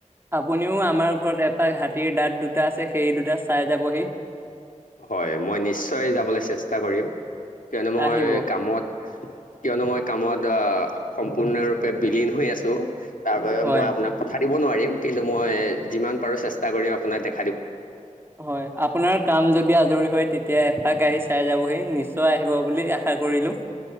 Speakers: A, on the right (about 15°); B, on the left (about 85°).
A: আপুনিও আমাৰ ঘৰত এপাৰ হাঁতীৰ দাঁত দুটা আছে সেই দুটা চাই যাবহি।
B: হয়, মই নিশ্চয় যাবলৈ চেষ্টা কৰিম। কিয়নো মই
A: আহিব
B: কামত, কিয়নো মই কামত সম্পূৰ্ণৰূপে বিলীন হৈ আছো। তাৰ বাবে
A: হয়।
B: মই আপোনাক কথা দিব নোৱাৰিম। কিন্তু মই যিমান পাৰো চেষ্টা কৰিম আপোনাক
A: হয়, আপোনাৰ কাম যদি আজৰি হয়। তেতিয়া এফাক আহি চাই যাবহি নিশ্চয় আহিব বুলি আশা। কৰিলো